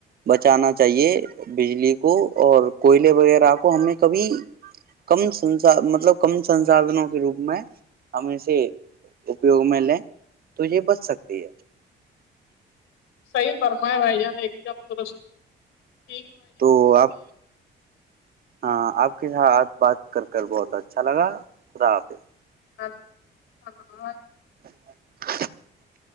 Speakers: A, on the right; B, on the left.
A: بچانا چاہیے بجلی کو اور کوئلے وغیرہ کو ہمیں کبھی کم س مطلب کم سنسھنوں کے روپ میں ہمیں سے اپیوگ میں لیں تو یہ بچ سکتے ٹھ ہے
B: صحیح فرمایا بھائی جان ایک دم در ست
A: تو آپ ہاں آپ ہاں بات کر کر بہت اچھا لگا خدا حافظ
B: <inaudible>
A: <inaudible>